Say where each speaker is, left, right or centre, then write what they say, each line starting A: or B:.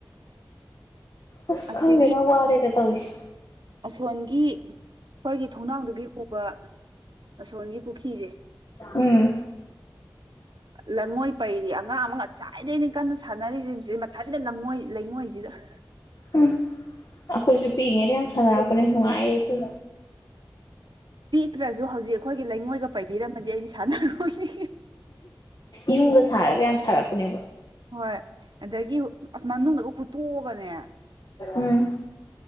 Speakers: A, on the left; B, on the right.
A: ꯑꯁ
B: ꯑꯁꯤꯒꯤ
A: ꯈꯪꯗꯦꯅ ꯋꯥꯔꯦꯗ ꯇꯧꯔꯤꯁꯦ
B: ꯑꯁꯣꯟꯒꯤ ꯈ꯭ꯋꯥꯣꯏꯒꯤ ꯊꯣꯡꯅꯥꯎꯗꯨꯒꯤ ꯎꯕ ꯑꯁꯣꯟꯒꯤ ꯄꯨꯈꯤ꯭ꯁꯦ
A: ꯎꯝ
B: ꯂꯩꯉꯣꯏ ꯄꯩꯔꯤ ꯑꯉꯥꯡ ꯑꯃꯒ ꯆꯥꯏꯗꯩꯅ ꯀꯟꯅ ꯁꯥꯟꯅꯔꯤꯁꯦ ꯁꯤꯦ ꯃꯊꯟꯇꯉꯣꯏ ꯂꯩꯉꯣꯏꯁꯤꯗ <inaudible>
A: ꯎꯝ ꯑꯩꯈꯣꯏꯁꯨ ꯄꯤꯉꯦꯗꯤ ꯌꯥꯝ ꯁꯥꯟꯅꯔꯛꯄꯅꯦ ꯅꯨꯡꯉꯥꯏꯌꯦ ꯑꯗꯨ
B: ꯄꯤꯛ ꯔꯖ ꯑꯗꯨ ꯍꯧꯖꯤꯛ ꯑꯩꯈꯣꯏꯒꯤ ꯂꯩꯉꯣꯏꯒ ꯄꯥꯏꯕꯤꯔꯝꯃꯗꯤ ꯑꯩꯗꯤ ꯁꯥꯟꯅꯔꯣꯁꯤ
A: ꯌꯨꯝꯒ ꯁꯥꯔꯒ ꯌꯥꯝ ꯁꯥꯔꯛꯄꯅꯦꯕ
B: ꯍꯣꯏ ꯑꯗꯒꯤ ꯑꯁ ꯃꯅꯨꯡꯗꯒ ꯍꯨꯠꯇꯣꯛꯑꯒꯅꯦ
A: ꯎꯝ